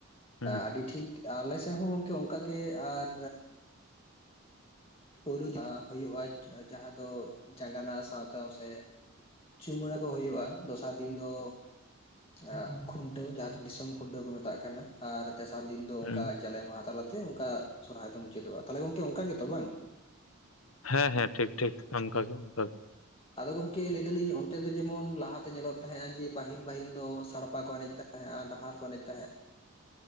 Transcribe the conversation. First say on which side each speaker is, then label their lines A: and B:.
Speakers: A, on the left (about 80°); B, on the left (about 25°).
A: ᱦᱩᱸ
B: ᱟᱹᱰᱤ ᱴᱷᱤᱠ᱾ ᱟᱞᱮ ᱥᱮᱜ ᱦᱚᱸ ᱜᱚᱝᱠᱮ ᱚᱝᱠᱟ ᱜᱮ ᱟᱨ ᱯᱳᱭᱞᱳ ᱡᱟᱦᱟᱸ ᱦᱩᱭᱩᱜ-ᱟ ᱡᱟᱦᱟᱸ ᱫᱚ ᱡᱟᱜᱟᱱᱟ ᱥᱟᱶᱛᱟ ᱥᱮ ᱪᱩᱢᱟᱹᱲᱟ ᱫᱚ ᱦᱩᱭᱩᱜ-ᱟ ᱫᱚᱥᱟᱨ ᱫᱤᱱ ᱫᱚ ᱟᱸᱜ, ᱠᱷᱩᱱᱴᱟᱹᱣ ᱡᱟᱦᱟᱸ ᱫᱤᱥᱚᱢ ᱠᱷᱩᱱᱴᱟᱹᱣ ᱠᱚ ᱢᱮᱛᱟᱜ ᱠᱟᱱᱟ, ᱟᱨ ᱛᱮᱥᱟᱨ ᱫᱤᱱ ᱫᱚ
A: ᱦᱩᱸ
B: ᱚᱝᱠᱟ ᱡᱟᱞᱮ ᱢᱟᱦᱟ ᱛᱟᱞᱟᱛᱮ ᱚᱝᱠᱟ ᱥᱚᱨᱦᱟᱭ ᱫᱚ ᱢᱩᱪᱟᱹᱫᱚᱜ-ᱟ᱾ ᱛᱟᱞᱦᱮ ᱜᱚᱝᱠᱮ ᱚᱝᱠᱟ ᱜᱮᱛᱚ ᱵᱟᱝ?
A: ᱦᱮᱸ ᱦᱮᱸ ᱴᱷᱤᱠ ᱴᱷᱤᱠ ᱚᱱᱠᱟ ᱜᱮ ᱚᱱᱠᱟ ᱜᱮ᱾
B: ᱟᱫᱚ ᱜᱚᱝᱠᱮ ᱞᱟᱹᱭ ᱫᱟᱞᱤᱧ ᱚᱱᱛᱮ ᱫᱚ ᱡᱮᱢᱚᱱ ᱞᱟᱦᱟᱛᱮ ᱧᱮᱞᱚᱜ ᱛᱟᱦᱮᱸᱜ-ᱟ ᱡᱮ ᱯᱟᱹᱦᱤᱞ ᱯᱟᱹᱦᱤᱞ ᱫᱚ ᱥᱟᱲᱯᱟ ᱠᱚ ᱮᱱᱮᱡ ᱛᱟᱸᱦᱮ᱾ ᱦᱮᱸ ᱟᱨ ᱰᱟᱦᱟᱨ ᱠᱚ ᱮᱱᱮᱡ ᱛᱟᱦᱮᱸ,